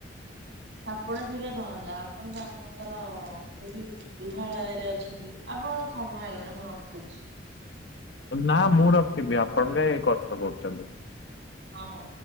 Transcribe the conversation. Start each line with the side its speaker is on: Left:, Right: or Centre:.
Right: ଆପଣ ଥିଲେ କଣ ହେଲା ଆପଣ ତ ଆପଣଙ୍କର କୋଉଠି ଗୃହାଳୟରେ ଅଛନ୍ତି। ଆପଣଙ୍କର ସମୟ ହେଇଗଲାଣି ମୁଁ ରଖୁଛି।
Left: ନା ମୁଁ ରଖିବି ଆପଣ କାଇଁ କଷ୍ଟ କରୁଛନ୍ତି।
Right: ଓ ହଉ।